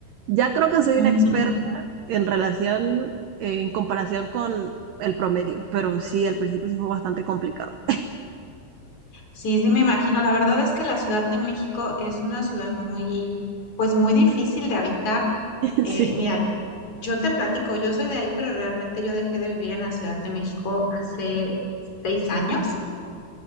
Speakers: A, on the right; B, on the left.
A: Ya creo que soy
B: Ujú.
A: una experta en relación, eh, en comparación con el promedio, pero sí, al principio sí fue bastante complicado.
B: Sí, sí, me imagino. La verdad es que la Ciudad de México es una ciudad muy, pues muy difícil de habitar.
A: <laughs>
B: Eh,
A: Sí,
B: mira, yo te platico, yo soy de ahí, pero realmente yo dejé de vivir en la Ciudad de México hace seis años